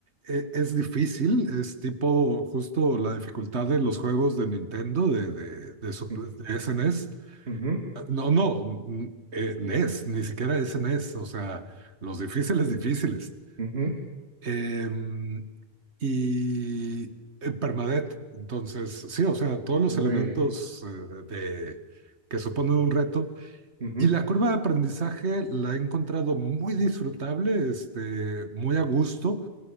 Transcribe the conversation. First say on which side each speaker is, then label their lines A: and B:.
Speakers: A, on the right; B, on the right.
A: Eh, es difícil, es tipo justo la dificultad de los juegos de Nintendo, de, de, de, su-
B: Mm,
A: de SNES.
B: Ujú,
A: No, no, mm, eh, NES, ni siquiera SNES, o sea, los difíciles, difíciles.
B: ujú,
A: Em, y eh, Permadeath. Entonces, sí, o sea, todos los
B: Uy,
A: elementos eh, de, que suponen un reto.
B: ujú,
A: Y la curva de aprendizaje la he encontrado muy disfrutable, este, muy a gusto.